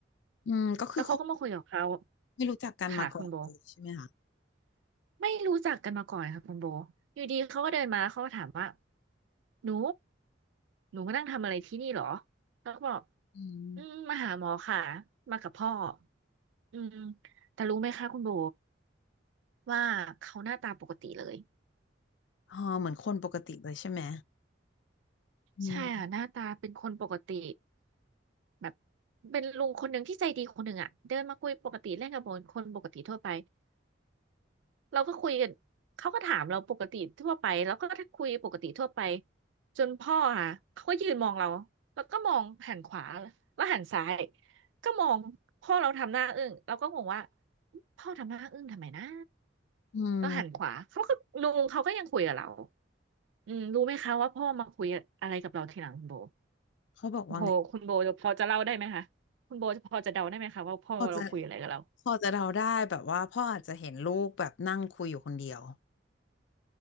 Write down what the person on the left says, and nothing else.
อืมก็คือคน
ไม่รู้จักกันมาก่อนเลยใช่ไหมคะ
อืม
อ๋อเหมือนคนปกติเลยใช่ไหมอืม
อืม
เขาบอกว่าไง
พอจะพอจะเดาได้แบบว่าพ่ออาจจะเห็นลูกแบบนั่งคุยอยู่คนเดียว